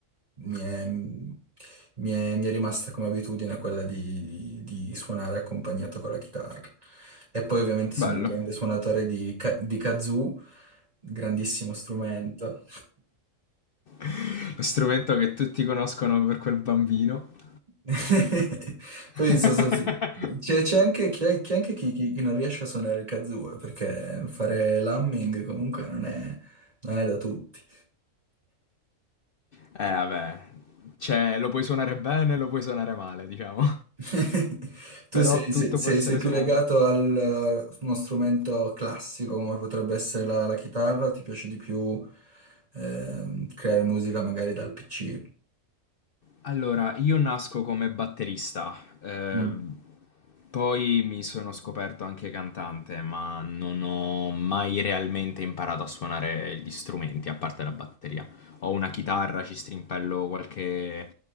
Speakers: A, on the right; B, on the left.
A: mi è, mi è- mi è rimasta come abitudine quella di, di- di suonare accompagnato con la chitarra. E poi ovviamente sono
B: Bello.
A: un grande suonatore di, ka- di kazoo, grandissimo strumento.
B: <laughs> Lo strumento che tutti conoscono per quel bambino.
A: <laughs> Poi
B: <laughs>
A: so- so- so- c'è c'è anche, chi c'è anche chi, chi- chi non riesce a suonare il kazoo, eh, perché fare l'humming comunque non è non è da tutti.
B: Eh, vabbè, cioè, lo puoi suonare bene, lo puoi suonare male, diciamo.
A: <laughs> Tu
B: Però
A: sei,
B: tutto
A: sei- sei-
B: può essere
A: sei più
B: suonato.
A: legato al eh, uno strumento classico come potrebbe essere la, la chitarra, o ti piace di più ehm, creare musica magari dal PC?
B: Allora, io nasco come batterista, ehm,
A: Mm.
B: poi mi sono scoperto anche cantante, ma non ho mai realmente imparato a suonare gli strumenti, a parte la batteria. Ho una chitarra, ci strimpello qualche